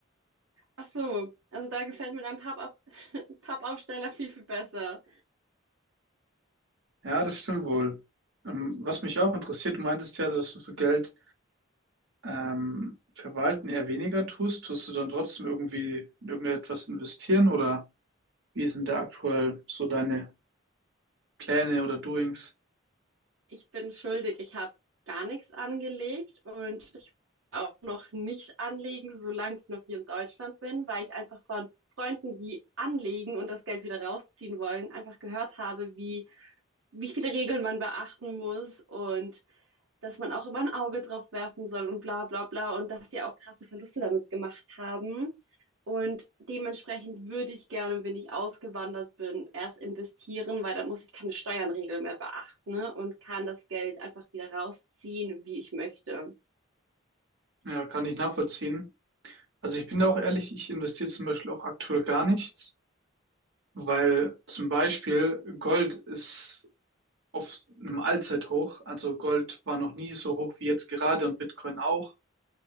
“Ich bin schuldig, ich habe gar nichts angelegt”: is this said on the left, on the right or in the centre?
Right